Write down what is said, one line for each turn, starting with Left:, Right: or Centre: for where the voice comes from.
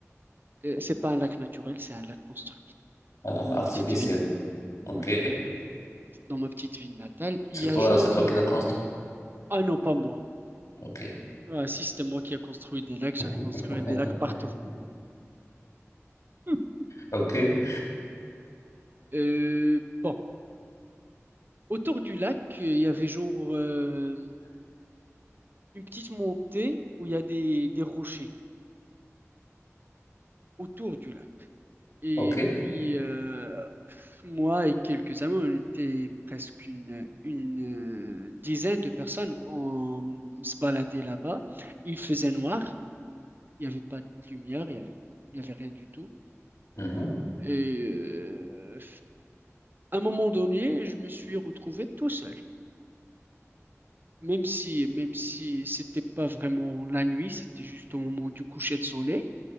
Right: Euh, c'est pas un lac naturel, c'est un lac construit
Left: Alors,
Right: dans ma
Left: artificielle.
Right: petite ville.
Left: OK.
Right: Oui, dans ma petite ville natale, il
Left: C'est
Right: y a
Left: toi,
Right: genre.
Left: c'est toi
Right: euh,
Left: qui l'as construit.
Right: Ah non, pas moi.
Left: OK.
Right: Euh, Ah, si c'était moi qui a construit des lacs, j'allais
Left: <laughs>
Right: construire des lacs partout. <laughs>
Left: OK.
Right: Euh, bon, autour du lac, euh, il y avait genre euh, une petite montée où il y a des, des rochers autour du lac. Et
Left: OK.
Right: puis, euh, moi et quelques amis, on était presque une, une euh, dizaine de personnes. On se baladait là-bas. Il faisait noir, il n'y avait pas de lumière, il y avait, il y avait rien du tout.
Left: Mhm.
Right: Et euh, à un moment donné, je me suis retrouvé tout seul. Même si, même si c'était pas vraiment la nuit, c'était juste au moment du coucher de soleil,